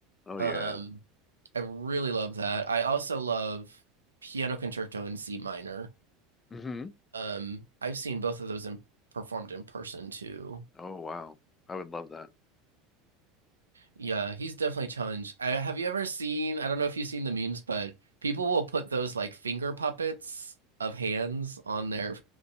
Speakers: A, on the left; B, on the right.
A: Oh
B: Um,
A: yeah.
B: I really love that. I also love Piano Concerto in C minor.
A: Mm-hmm.
B: Um, I've seen both of those in, performed in person too.
A: Oh, wow. I would love that.
B: Yeah, he's definitely challenged. I, have you ever seen, I don't know if you've seen the memes, but people will put those like finger puppets of hands on their